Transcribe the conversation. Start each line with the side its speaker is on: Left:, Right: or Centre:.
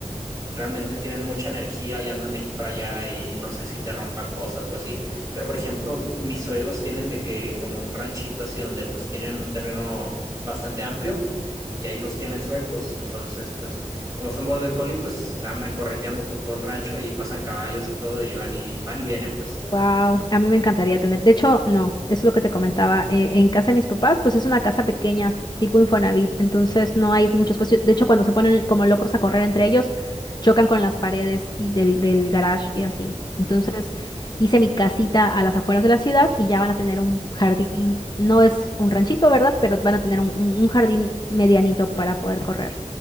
Right: realmente tienen mucha energía y andan de aquí para allá y no sé si te rompan cosas o así. Pero, por ejemplo, mis suegros tienen de que como un ranchito así donde pues tienen un terreno bastante amplio y ahí los tienen sueltos. Entonces, pues como son border collie, pues andan correteando por todo el rancho y pasan caballos y todo y van y van y vienen, pues.
Left: Wow, a mí me encantaría tener. De hecho, no, es lo que te comentaba. eh, en casa de mis papás, pues es una casa pequeña, tipo Infonavit, entonces no hay mucho espacio. De hecho, cuando se ponen como locos a correr entre ellos, chocan con las paredes y del, del garage y así. Entonces, hice mi casita a las afueras de la ciudad y ya van a tener un jardín. No es un ranchito, ¿verdad? Pero van a tener un, un un jardín medianito para poder correr.